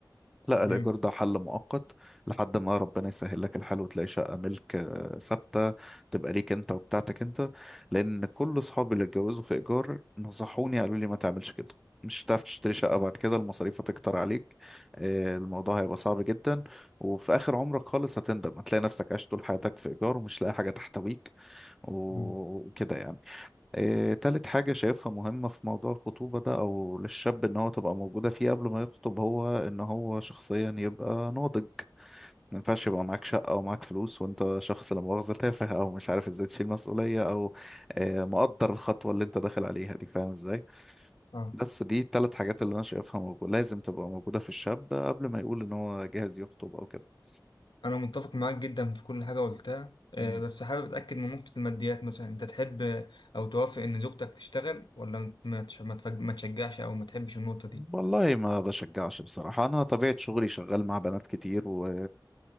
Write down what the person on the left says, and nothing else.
مم.
مم.
اه
انا متفق معاك جدا في كل حاجه قلتها آه،
بس حابب اتاكد من نقطه الماديات مثلا انت تحب آه، او توافق ان زوجتك تشتغل ولا ما تش- ما تفج- ما تشجعش او ما تحبش النقطه دي